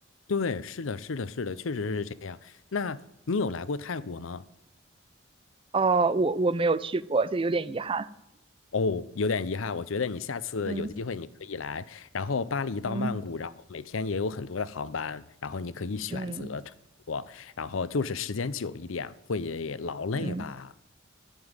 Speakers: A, on the left (about 85°); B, on the right (about 25°).
A: 对，是的，是的，是的，确实是这样。那你有来过泰国吗？
B: 哦，我我没有去过，这有点遗憾。
A: 哦，有点遗憾，我觉得你下次有机会你可以来。
B: 嗯嗯
A: 然后巴黎到曼谷，
B: 嗯
A: 然后每天也有很多的航班，然后你可以选择乘坐，
B: 嗯。
A: 然后就是时间久一点会劳累吧。
B: 嗯